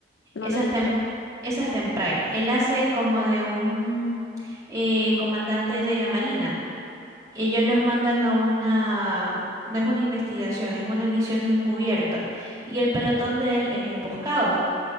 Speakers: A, on the left; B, on the right.
A: no
B: Esa
A: lo he
B: está
A: visto,
B: en, esa está en Prime. Él hace como de un eh, comandante de la Marina. Ellos los mandan a una, no es una investigación, es una misión encubierta. Y el pelotón de él es emboscado.